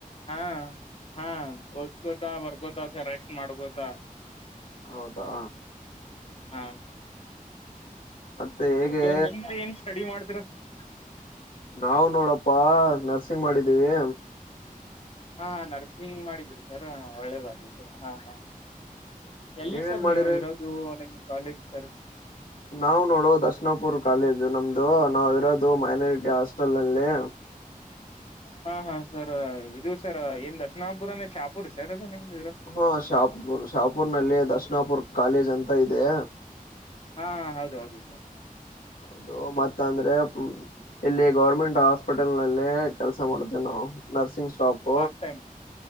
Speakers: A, on the left; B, on the left.
A: ಹಾ ಹಾ ಓದ್ಕೋತ ಬರ್ಕೋತ ಸರ್ ರೆಸ್ಟ್ ಮಾಡ್ಕೊಂತ
B: ಹೌದಾ
A: ಹಾ
B: ಮತ್ತೆ ಹೇಗೆ
A: ಸರ್ ನೀವು ಏನ್ ಸ್ಟಡಿ ಮಾಡ್ತಿರ ಸರ್
B: ನಾವ ನೋಡಪ್ಪಾ ನರ್ಸಿಂಗ್ ಮಾಡಿದೀವಿ.
A: ಹಾ ನರ್ಸಿಂಗ್ ಮಾಡಿದಿರಾ ಸರ್ ಒಳ್ಳೆದಾಗಲಿ ಸರ್ ಹಾ ಹಾ ಎಲ್ಲಿ
B: ನೀವೇನ್
A: ಸರ್
B: ಮಾಡಿರಿ
A: ನೀವು ಇರೋದು ನಿಮ್ಮ್ ಕಾಲೇಜ್ ಸರ್
B: ನಾವ ನೋಡುವ ದಶನಾಪುರ್ ಕಾಲೇಜ್ ನಮ್ದು ನಾವ ಇರೋದು ಮೈನಾರಿಟಿ ಹಾಸ್ಟೆಲ್ಲ್ಲಿ
A: ಹಾ ಹಾ ಸರ್ ಇದು ಸರ್ ಏನ್ ದಶನಾಪು ಅಂದೆ ಶಾಪುರ್ ಸರ್ ಅದು ನಿಗೆ
B: ಹಾ ಶಾಪುರ್ ಶಾಪುರ್ ನಲ್ಲಿ ದರ್ಶಣಾಪುರ್ ಕಾಲೇಜ್ ಅಂತ ಇದೆ
A: ಹಾ ಹೌದು ಹೌದು
B: ಅದು ಮತ್ತ ಅಂದ್ರೆ ಇಲ್ಲಿ ಗೌರ್ಮೆಂಟ್ ಹಾಸ್ಪಿಟಲ್ ನಲ್ಲಿ ಕೆಲಸ ಮಾಡುತ್ತೇವಿ ನಾವು ನರ್ಸಿಂಗ್ ಸಪ
A: ಪಾರ್ಟ್ ಟೈಮ್